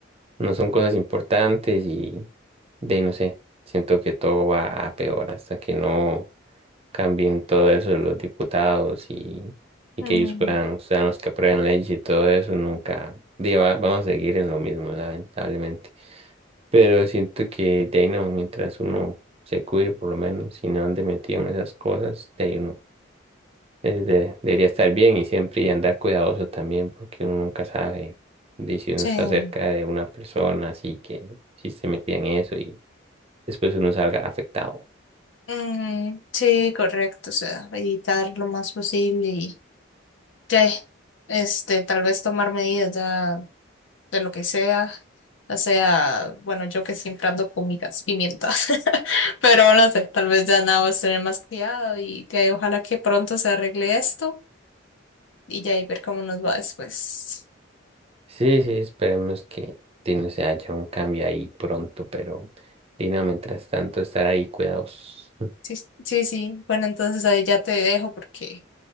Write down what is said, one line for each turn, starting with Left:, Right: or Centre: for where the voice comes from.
Right: no son cosas importantes y de ahí no sé, siento que todo va a peor hasta que no cambien todo eso de los diputados y, y
Left: Mm,
Right: que ellos puedan, sean los que aprueben leyes y todo eso, nunca, digo, va- vamos a seguir en lo mismo, lamentablemente. Pero siento que de ahí no, mientras uno se cuide por lo menos y no ande metido en esas cosas, de ahí uno eh, de- debería estar bien y siempre y andar cuidadoso también, porque uno nunca sabe de si uno
Left: sí.
Right: está cerca de una persona, así que si se metía en eso y después uno salga afectado.
Left: Mm, sí, correcto. O sea, evitar lo más posible y ya, este, tal vez tomar medidas ya de lo que sea. O sea, bueno, yo que siempre ando con mi gas pimienta, <laughs> pero no sé, tal vez ya nada más tener más cuidado y ya, ojalá que pronto se arregle esto y ya y ver cómo nos va después.
Right: Sí, sí, esperemos que sí, no se haya un cambio ahí pronto, pero Dino, mientras tanto, estar ahí cuidadosos.
Left: Sí, sí, sí. Bueno, entonces ahí ya te dejo porque